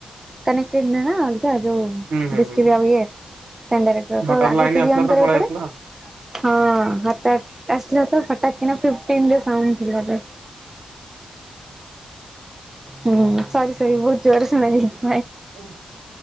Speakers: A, on the right; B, on the right.
A: କନେକ୍ଟେଡ ନ ନା ଅଲଗା ଯଉ
B: ହୁଁ ହୁଁ
A: ଡିଶ
B: ହୁଁ
A: ଟିବି ଆଉ ଇଏ ଆ ଡାଇରେକ୍ଟ
B: ହଠାତ୍
A: ତ ଆଗ
B: ଲାଇନ
A: ଟିଭି
B: ଆସିଲା
A: ଅନ
B: ତ
A: କରିବାକୁ
B: ପଳେଇ
A: ପଡେ।
B: ଆସିଲା।
A: ହଁ ହଟାତ୍ ଆସିଲା ତ ହଟାତ୍ କିନା ଫିଫ୍ଟିନ୍ ରେ ସାଉଣ୍ଡ ଥିଲା ଯେ ହୁଁ ସରି ସରି ବହୁତ ଜୋର ସୁଣାଯାଇ
B: ହ